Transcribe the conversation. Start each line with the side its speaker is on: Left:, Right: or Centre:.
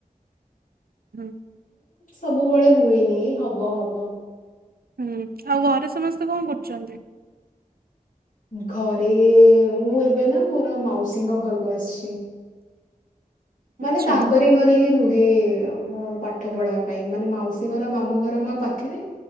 Right: ହୁଁ
Left: ସବୁବେଳେ ହୁଏନି ହବ ହବ
Right: ହୁଁ ଆଉ ଘରେ ସମସ୍ତେ କଣ କରୁଛନ୍ତି?
Left: ଘରେ ମୁଁ ଏବେ ନା ମୋର ମାଉସୀଙ୍କ ଘରକୁ ଆସିଛି।
Right: ଆଚ୍ଛା
Left: ମାନେ ତାଙ୍କରି ଘରେ ହିଁ ରୁହେ ମୋର ପାଠ ପଢା ପାଇଁ ମାନେ ମାଉସୀ ଘର ମାମୁଁ ଘର ମା ପାଖରେ